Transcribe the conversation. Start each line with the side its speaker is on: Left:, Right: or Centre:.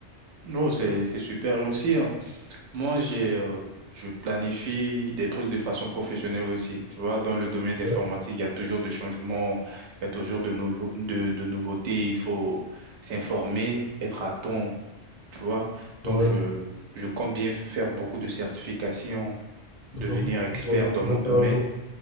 Right: Non, c'est, c'est super. Et aussi, hein. Moi, j'ai, euh, je planifie des trucs de façon professionnelle aussi. Tu vois, dans le domaine
Left: Ouais,
Right: d'informatique, il y a toujours des changements, il y a toujours de nouveaux, de, de nouveautés. Il faut s'informer, être à temps. Tu vois,
Left: ouais.
Right: donc je, je compte bien faire beaucoup de certifications, devenir
Left: Donc, en fait, c'est
Right: expert
Left: pour,
Right: dans
Left: pour
Right: mon
Left: rester
Right: domaine.
Left: à jour.